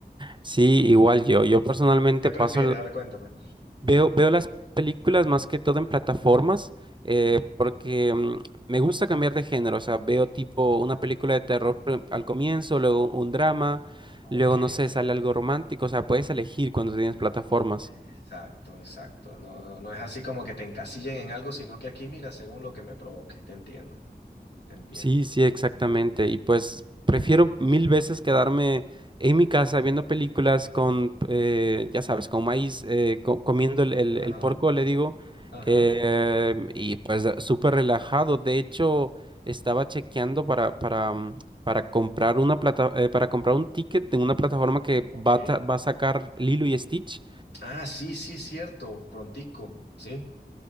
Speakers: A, on the right; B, on the left.
A: Sí, igual yo. Yo personalmente
B: ¿Tú qué prefieres?
A: paso, el-
B: A ver, cuéntame.
A: veo, veo las películas más que todo en plataformas, eh,
B: Ujú.
A: porque mm, me gusta cambiar de género. O sea, veo tipo una película de terror pr- al comienzo, luego un drama, luego
B: Ok,
A: no sé,
B: ok.
A: sale algo romántico. O sea, puedes elegir cuando tienes plataformas.
B: Exacto, exacto. No, no no es así como que te encasillen en algo, sino que aquí mira según lo que me provoque. Te entiendo, te entiendo.
A: Sí, sí, exactamente. Y pues prefiero mil veces quedarme en mi casa viendo películas con, eh, ya sabes, con maíz, eh, co- comiendo el, el-
B: Ajá.
A: el porco, le digo,
B: Ajá,
A: eh, y pues da- súper relajado. De hecho, estaba chequeando para, para, mm, para comprar una plata, eh, para comprar un ticket en una plataforma que
B: ok.
A: va a, ta- va a sacar Lilo y Stitch.
B: Ah, sí, sí, cierto, prontico, sí.